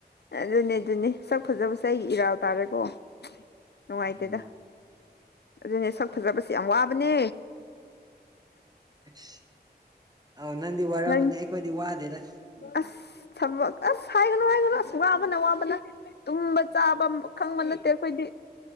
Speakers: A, on the left (about 75°); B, on the right (about 20°).
A: ꯑꯗꯨꯅꯦ ꯑꯗꯨꯅꯦ ꯁꯛ ꯐꯖꯕꯁꯦ ꯑꯩꯒꯤ ꯏꯔꯥꯜ ꯇꯥꯔꯦꯀꯣ ꯅꯨꯡꯉꯥꯏꯇꯦꯗ
B: ꯎꯝ
A: ꯑꯗꯨꯅꯦ ꯁꯛ ꯐꯖꯕꯁꯦ ꯌꯥꯝ ꯋꯥꯕꯅꯦ
B: ꯑꯁ ꯑꯣ ꯅꯪꯗꯤ ꯋꯥꯔꯝꯃꯅꯤ
A: ꯅꯪ
B: ꯑꯩꯈꯣꯏꯗꯤ ꯋꯥꯗꯦꯗ
A: ꯑꯁ ꯊꯕꯛ ꯑꯁ ꯍꯥꯏꯒꯅꯨ ꯍꯥꯏꯒꯅꯨ ꯑꯁ ꯋꯥꯕꯅ ꯋꯥꯕꯅ ꯇꯨꯝꯕ ꯆꯥꯕ ꯈꯪꯕ ꯅꯠꯇꯦ ꯑꯩꯈꯣꯏꯗꯤ